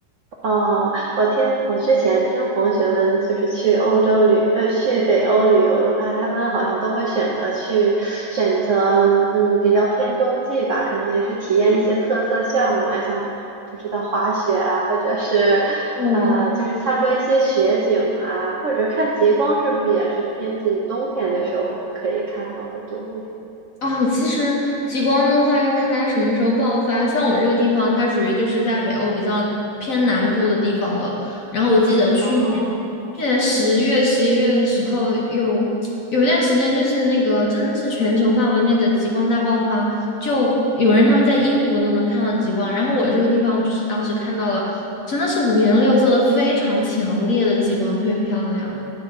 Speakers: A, on the right; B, on the left.
A: 哦，我听我之前听同学们就是去欧洲旅，呃，去北欧旅游的话，他们好像都会选择去选择，嗯，比较偏冬季吧，可能也是体验一些特色项目啊，像不知道滑雪啊，或者是呃，
B: 嗯，
A: 就是参观一些雪景啊，或者看极光，是不是也是偏近冬天的时候可以看到的多一点？
B: 啊，其实极光的话要看它什么时候爆发。像我这个地方，它属于就是在北欧比较偏南部的地方了。然后我记得去年
A: 哦。
B: 去年十月、十一月的时候有，有一段时间就是那个真的是全球范围内的极光大爆发，就有人他们在英国都能看到极光，然后我这个地方就是当时看到了，真的是五颜六色的非常强烈的极光，特别漂亮。